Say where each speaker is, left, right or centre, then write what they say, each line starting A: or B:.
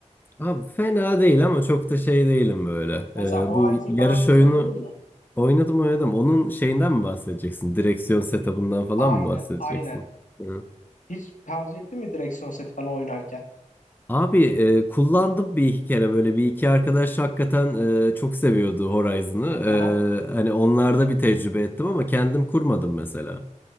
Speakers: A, on the left; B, on the left.
A: Abi fena değil ama çok da şey değilim böyle. Ee,
B: Mesela Horizon
A: bu yarış
B: falan hiç
A: oyunu
B: oynadın mı?
A: oynadım oynadım. Onun şeyinden mi bahsedeceksin? Direksiyon setup'ından falan
B: Aynen,
A: mı bahsedeceksin?
B: aynen.
A: Hı.
B: Hiç tercih ettin mi direksiyon seti falan oynarken?
A: Abi e, kullandım bir iki kere böyle bir iki arkadaş hakikaten e, çok seviyordu Horizon'ı.
B: <laughs>
A: E, hani onlarda bir tecrübe ettim ama kendim kurmadım mesela.